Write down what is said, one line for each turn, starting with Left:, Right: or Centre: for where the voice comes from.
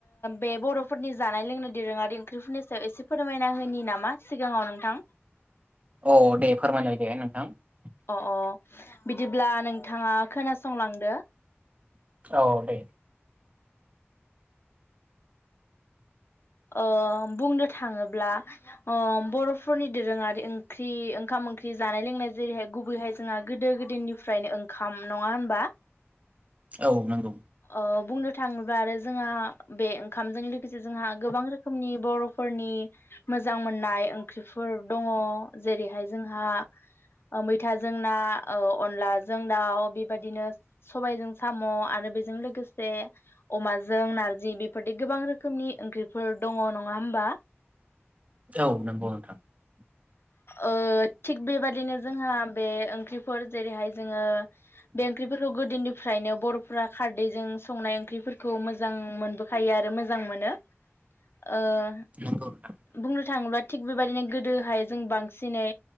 Left: बे बर'फोरनि जानाय लोंनाय दोरोङारि ओंख्रिफोरनि सायाव एसे फोरमायना होनि नामा मा सिगाङाव नोंथां
Right: औ दे फोरमायलाय <unintelligible>
Left: अ अ बिदिब्ला नोंथाङा खोनासंलांदो
Right: औ दे
Left: ओह बुंनो थाङोब्ला ओह बर'फोरनि दोरोङारि ओंख्रि ओंखाम ओंख्रि जानाय लोंनाय जेरैहाय गुबैहाय जोंहा गोदो गोदायनिफ्रायनो ओंखाम नङा होनबा?
Right: औ नंगौ।
Left: अ बुंनो थाङो बा आरो जोंहा बे ओंखामजों लोगोसे जोंहा गोबां रोखोमनि बर'फोरनि मोजां मोननाय ओंख्रि फोर दङ' जेरैहाय जोंहा मैथाजों ना, अनलाजों दाउ बेबायदिनो सबायजों साम' आरो जों लोगोसे अमाजों नारजि बेफोरबादि गोबां रोखोमनि ओंख्रिफोर दङ' नङा होमबा?
Right: औ नंगौ नोंथां
Left: ओह थिग बेबादिनो जोंहा बे ओंख्रिफोर जेरैहाय जोङो बे ओंख्रिफोरखौ गोदोनिफ्रायनो बर'फोरा खारदैजों संनाय ओंख्रिफोरखौ मोजां मोनबोखायो आरो मोजां मोनो। ओह
Right: नंगौ नोंथां
Left: बुंनो थाङोब्ला थिग बेबायदिनो गोदोहाय जों बांसिनै